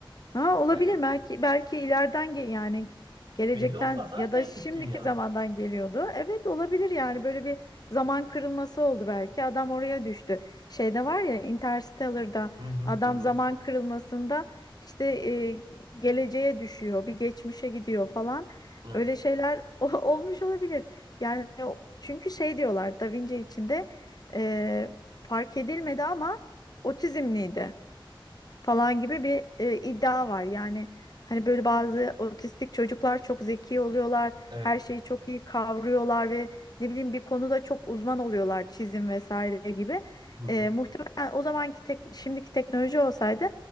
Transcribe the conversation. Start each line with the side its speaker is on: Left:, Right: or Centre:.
Left: Ha, olabilir
Right: Yani
Left: belki belki ileriden ge- yani gelecekten
Right: belli olmaz alternatif
Left: ya da şimdiki
Right: dünya.
Left: zamandan geliyordu. Evet olabilir yani böyle bir zaman kırılması oldu belki. Adam oraya düştü. Şeyde var ya Interstellar'da
Right: Hı hı
Left: adam
Right: hı. hı.
Left: zaman kırılmasında işte e, geleceğe düşüyor, bir geçmişe gidiyor falan.
Right: Evet.
Left: Öyle şeyler <laughs> o- olmuş olabilir. Yani o- çünkü şey diyorlar Da Vinci içinde e, fark edilmedi ama otizmliydi falan gibi bir e, iddia var. Yani hani böyle bazı otistik çocuklar çok zeki oluyorlar,
Right: Evet.
Left: her şeyi çok iyi kavruyorlar ve ne bileyim bir konuda çok uzman oluyorlar çizim vesaire gibi.
Right: Hı hı.
Left: E, muhtemelen o zamanki tek, şimdiki teknoloji olsaydı